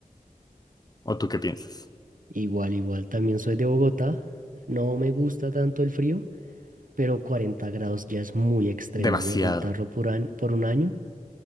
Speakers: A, on the left; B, on the right.
A: ¿O tú qué piensas?
B: Igual, igual, también soy de Bogotá. No me gusta tanto el frío, pero 40 grados ya es muy extremo
A: Demasiado.
B: y aguantarlo por, an- por un año.